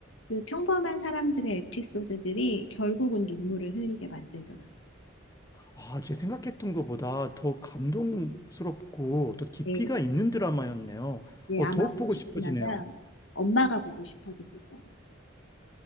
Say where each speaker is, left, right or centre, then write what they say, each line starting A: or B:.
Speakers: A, on the left; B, on the left.
A: 그 평범한 사람들의 에피소드들이 결국은 눈물을 흘리게 만들더라고요.
B: 아, 제 생각했던 것보다 더 감동스럽고 더 깊이가
A: 네,
B: 있는 드라마였네요.
A: 네,
B: 어,
A: 아마
B: 더욱 보고
A: 보시고
B: 싶어지네요.
A: 나면 엄마가 보고 싶어지실 거예요.